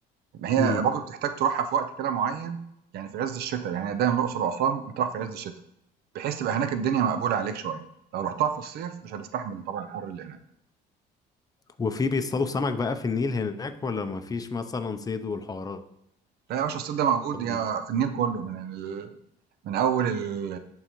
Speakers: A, on the right; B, on the left.
A: ما هي
B: م-
A: برضه بتحتاج تروحها في وقت كده معين يعني في عز الشتاء يعني دايما الأقصر وأسوان بتروح في عز الشتاء بحيث تبقى هناك الدنيا مقبولة عليك شوية لو رحتها في الصيف مش هتستحمل طبعا الحر اللي هناك
B: وفي بيصطادوا سمك بقى في النيل هناك ولا مفيش مثلا صيد والحوارات
A: لا يا باشا الصيف ده موجود يا
B: دي
A: في النيل كله من ال... من أول ال...